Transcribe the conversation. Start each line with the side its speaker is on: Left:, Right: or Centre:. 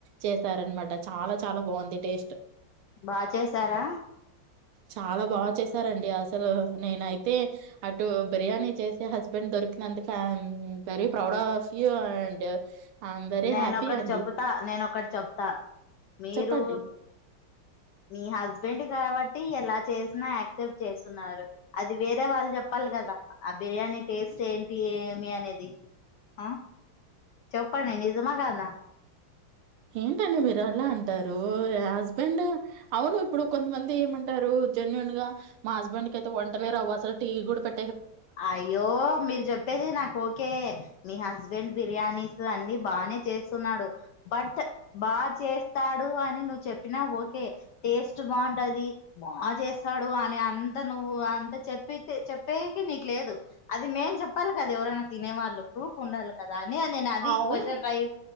Right: చేసారన్ మాట చాలా చాలా బావుంది టేస్ట్.
Left: బా చేసారా?
Right: చాలా బాగా చేసారండి అసలు. నేనైతే అటు బిర్యానీ చేసే హస్బెండ్ దొరికినందుకు ఆమ్ వెరీ ప్రౌడ్ ఆఫ్ ఇ్య అండ్ ఐఎమ్ వెరీ
Left: నేనొకటి
Right: హ్యాపీ అండి
Left: చెపుతా నేనొకటి చెపుతా మీరు
Right: చెప్పండి
Left: మీ హస్బెండ్ కావా ట్టి ఎలా చేసినా యాక్సెప్ట్ చేస్తున్నారు. అది వేరే వాళ్ళు చెప్పాలి కదా ఆ బిర్యానీ టేస్ట్ ఏంటి ఏమి అనేది ఆ చెప్పండి నిజమా కదా.
Right: ఏంటండీ మీరు అలా అంటారు హస్బెండ్ అవును ఇప్పుడు కొంతమంది ఏమంటారు జెన్యుూన్ గా మా హస్బెండ్ కి అయితే వంటలెరావు అసలు టీ కూడా పె
Left: అయ్యో మీరు చెప్పేది నాకు ఓకే. మీ హస్బెండ్ బిర్యానీస్ అన్ని బానే చేస్తున్నాడు బట్ బాచేస్ స్తాడు అని నువ్వు చెప్పినా ఓకే. టేస్ట్ బావుంటది బా చేస్తాడు అని అంతా అంత నువ్వు అంత చెప్పితే చెప్పేకి నీకు ట్లేదు అది మేం చెప్పాలి కదా ఎవరైనా తినే వాళ్ళు ప్రూఫ్ ఉండాలి కదా. రనే నేను అది
Right: అవును
Left: క్వశ్చన్ రైస్